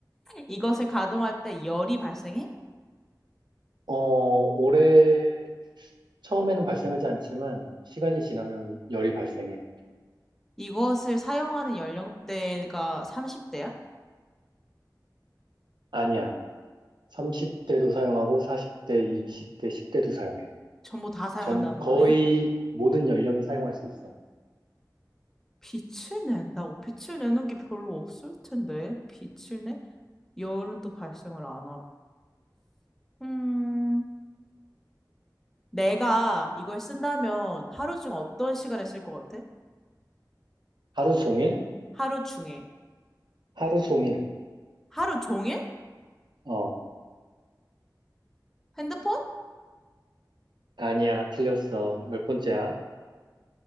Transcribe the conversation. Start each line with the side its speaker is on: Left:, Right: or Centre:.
Centre: 이것을 가동할 때 열이 발생해?
Right: 어, 올해 처음에는 발생하지 않지만 시간이 지나면 열이 발생해.
Centre: 이것을 사용하는 연령대가 30대야?
Right: 아니야. 30대도 사용하고 40대, 20대, 10대도 사용해.
Centre: 전부 다 사용한다는
Right: 전 거의
Centre: 거네.
Right: 모든 연령이 사용할 수 있어.
Centre: 빛을 낸다고? 빛을 내는 게 별로 없을 텐데. 빛을 내? 열은 또 발생을 안 하고. 음, 내가 이걸 쓴다면 하루 중 어떤 시간에 쓸 것 같아?
Right: 하루 종일?
Centre: 하루 중에.
Right: 하루 종일.
Centre: 하루 종일?
Right: 어,
Centre: 핸드폰?
Right: 아니야. 틀렸어. 열 번째야.